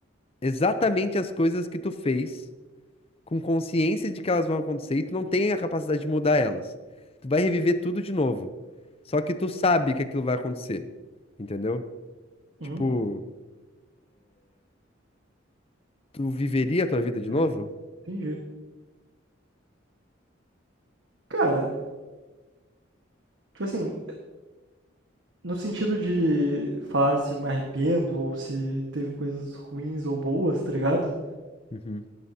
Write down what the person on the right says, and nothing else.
Uhum,
eu
entendi. Cara, tipo assim, no sentido de fácil, me arrependo, ou se teve coisas ruins ou boas, tá ligado?